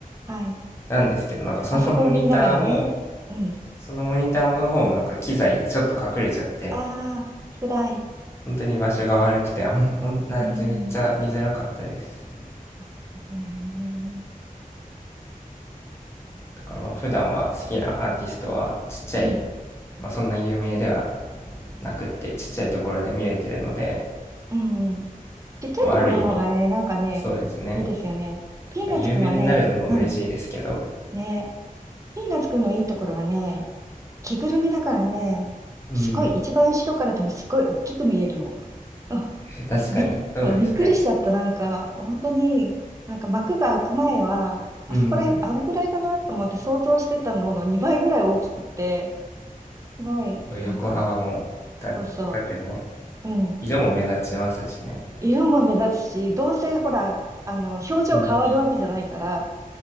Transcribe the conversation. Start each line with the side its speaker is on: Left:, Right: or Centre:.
Right: はい。
Left: なんですけど、なんかその
Right: あそこを見ながらね。
Left: <laughs> モニターも、
Right: うん。
Left: そのモニターの方もなんか機材でちょっと隠れちゃって、
Right: ああ、辛い。
Left: 本当に場所が悪くて、あん、ほんな、
Right: うん。
Left: めっちゃ見づらかったです。
Right: なるほどね。
Left: だからまあ普段は好きなアーティストはちっちゃい、
Right: うん。
Left: まあそんな有名ではなくってちっちゃいところで見れてるので、
Right: うん。うんちっちゃいところの方がね、
Left: まあある意味、
Right: なんかね、
Left: そうですね。
Right: いいですよね。ピーナッツくんはね、
Left: まあ、有名になるのも嬉しいですけど、
Right: うん。ね。ピーナッツくんのいいところはね、着ぐるみだからね、
Left: うん。
Right: すごい、一番後ろからでもすごい大きく見えるの。うんびっ、
Left: <laughs> 確かに、そうですね。
Right: うんびっくりしちゃった。なんか、本当に、なんか幕が開く前は、あそこら、
Left: うん。
Right: あれくらいかなと思って想像してたのの2倍ぐらい大きくて、すごい、
Left: 横幅も、
Right: なんか、
Left: た、
Right: そうそ
Left: 縦も、
Right: う、うん。
Left: 色も目立ちますしね。
Right: 色も目立つし、どうせほら、あの、表情変わるわけじゃないから、
Left: うん。